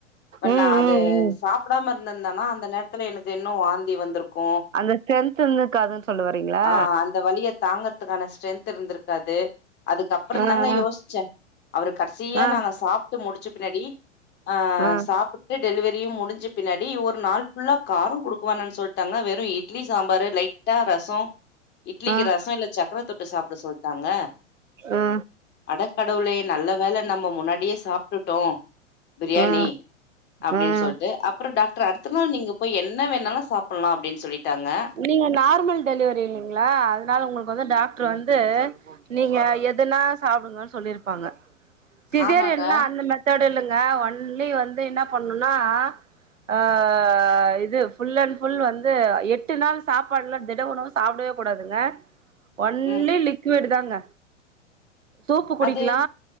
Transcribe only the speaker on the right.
ம்
ம் ம்
அந்த ஸ்ட்ரென்த் இருந்திருக்காதுன்னு சொல்ல வறீங்ளா
ஆ
ஆ
ஆ
ஆ
ஆ
ஆ
ஆ
ஆ
நீங்க நார்மல் டெலிவரிங்ளா அதனால உங்ளுக்கு வந்து டாக்டர் வந்து நீங்க எதுனா சாப்டுங்க சொல்லிருப்பாங்க சிசேரியேன்லா
அந்தமேர் அத்தோடு இல்லங்க ஒன்லி வந்து என்ன பண்ணூனா ஆ இது ஃபுல் அண்ட் ஃபுல் வந்து எட் டுன்னா சாப்பாட்லா திட உணவு சாப்டவே கூடாதுங்க ஒன்லி
லிட்டு லிக்வூடு தாங்க சூப்பு குடிக்லா